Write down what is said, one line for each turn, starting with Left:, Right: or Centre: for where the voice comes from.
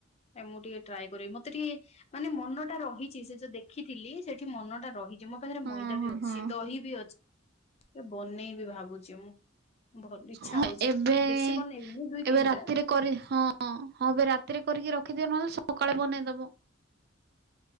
Left: ଏ ମୁଁ ଟିକେ ଟ୍ରାଏ କରିବି ମତେ ଟିକେ ମାନେ ମନ ଟା ରହିଚି ସେ ଯୋଉ ଦେଖିଥିଲି ସେଠି ମନଟା ରହିଚି ମୋ ପାଖେରେ
Right: ହଁ
Left: ମଇଦା
Right: ହଁ
Left: ବି ଅଛି
Right: ହଁ
Left: ଦହି ବି ଅଛି ଟିକେ ବନେଇବି ଭାବୁଚି ମୁଁ। ଭଲ ଇଚ୍ଛା
Right: ହଁ
Left: ହଉଚି
Right: ଏବେ
Left: ବେଶୀ ବନେଇବିନି ଦୁଇ
Right: ଏବେ
Left: ତିନିଟା।
Right: ରାତିରେ କରି ହଁ ହଁ ଏବେ ରାତିରେ କରିକି ରଖିଦିଅ ନହେଲେ ସକାଳେ ବନେଇଦବ।